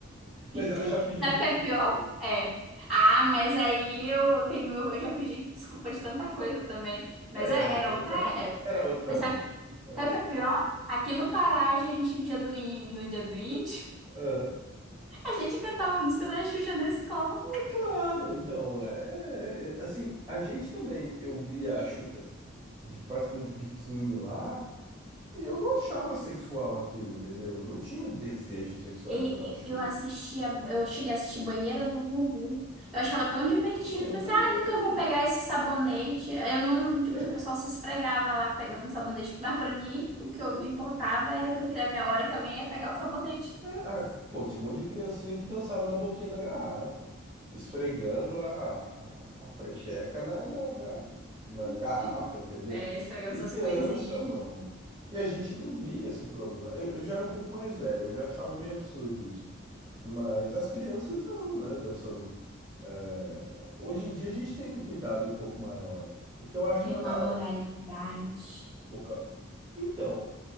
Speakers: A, on the right; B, in the centre.
A: <laughs>
B: que
A: mas ela
B: que é?
A: já pediu
B: Sabe
A: desculpa
B: o que é pior?
A: por isso.
B: É. Ah, mas aí eu tenho, eu, eu já pedi desculpa de tanta coisa também. Mas
A: É,
B: é- era
A: mas
B: outra
A: era,
B: época.
A: era outra
B: Mas
A: época.
B: sabe,
A: Era
B: sabe
A: outra.
B: o que é pior? Aqui no Pará, a gente, no dia do índio, no dia do índio,
A: Ah,
B: <laughs> a gente cantava a música da Xuxa na escola.
A: É, claro, então, é, é, é, assim, a gente também, eu via a Xuxa de praticamente de biquíni lá. E eu não achava sexual aquilo, entendeu? Eu não tinha desejos sexuais
B: E-
A: pela Xuxa.
B: e- eu assistia, eu cheguei a assistir Banheira do Gugu. Eu achava tão
A: Sim,
B: divertido.
A: eu
B: Falei assim,
A: também.
B: ah, nunca vão pegar esse sabonete. Aí Eu não, tipo
A: É.
B: assim, o pessoal se esfregava lá pegando sabonete. Mas pra mim, o que eu não importava era que eu queria ver a hora que alguém ia pegar o sabonete.
A: É, ah, pô, tinha um monte de criancinha que dançava na boquinha da garrafa, esfregando a, a precheca na, na, na, na
B: <laughs>
A: garrafa, entendeu?
B: É, esfregando
A: Criança,
B: essas coisinhas.
A: mano. E a gente não via esse problema. Eu, eu já era um pouco mais velho, eu já achava meio absurdo isso. Mas as crianças não, né? Dançando. É, Hoje em dia a gente tem um cuidado um pouco maior, o que eu acho
B: É
A: legal,
B: uma moralidade.
A: assim. Um pouco... Então,